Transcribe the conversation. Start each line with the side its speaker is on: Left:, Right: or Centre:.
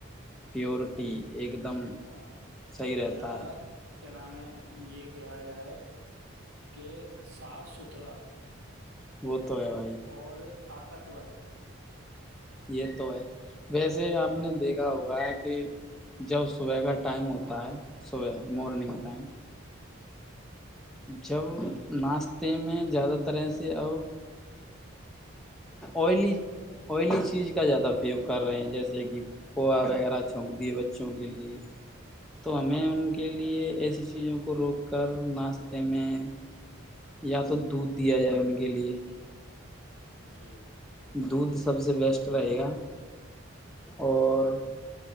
Centre: پیورٹی ایک دم
Right: ہاں
Centre: صحیح رہتا
Right: یا
Centre: ہے
Right: کیا نام ہے یہ کہا جائے کہ صاف ستھرا
Centre: بت <unintelligible> تو ہے بھائی
Right: اور طاقتور
Centre: یہ تو ہے ویسے آپ
Right: جی
Centre: نے دیکھا ہوگا کہ جب صبح کا ٹائم ہوتا ہے صبح مارننگ ٹائم جب
Right: جی
Centre: ناس تے میں زیادہ ترح سے ا آئلی آئلی چیز کا زیادہ اپیوگ کر رہے ہیں جیسے کہ پوہا وغیرہ چونک دیے بچوں کے لیے تو ہمیں ان کے لیے ایسی چیزوں کو روک کر ناشتے میں یا تو دودھ دیا جائے ان کے لیے
Right: جی
Centre: دودھ سب سے بیسٹ رہے گا اور